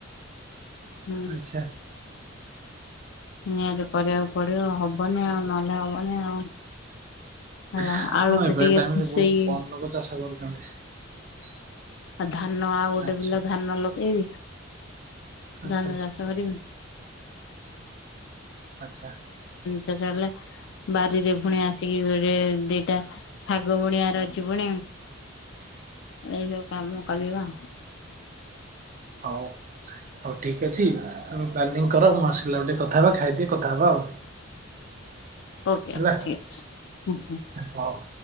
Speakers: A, on the left; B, on the right.
A: ହୁଁ।
B: ଆଚ୍ଛା
A: ନିହାତି କରିବାକୁ ପଡିବ ହବନି ଆଉ ନହେଲେ ହବନି ଆଉ। ହେଲା
B: ହଁ
A: ଆଳୁ ଟା
B: ଏବେ
A: ଟିକେ
B: ଟାଇମରେ
A: ଖୁସେଇ
B: ବହୁତ କମ ଲୋକ ଚାଷ କରୁଛନ୍ତି।
A: ଆଉ ଧାନ ଆଉ ଗୋଟେ
B: ଆଚ୍ଛା
A: ବିଲ ଧାନ ଲଗେଇବି।
B: ଆଚ୍ଛା
A: ଧାନ ଚାଷ କରିବି।
B: ଆଛା।
A: ଶେଷ କଲେ ବାରିରେ ପୁଣି ଆସିକି ଗୋଟେ ଦିଟା ଶାଗ ବୁଣିଆର ଅଛି ପୁଣି।
B: <inaudible>
A: ଏଇ ସବୁ କାମ କରିବା।
B: ହଉ। ହଉ ଠିକ ଅଛି ତମେ ପ୍ଲାନିଂ କର ମୁଁ ଆସିଲାକୁଟିକେ କଥା ହବା ଖାଇଦିଏ କଥାହବା ଆଉ।
A: ଓକେ
B: ହେଲା
A: ଠିକ ଅଛି।
B: ହଉ।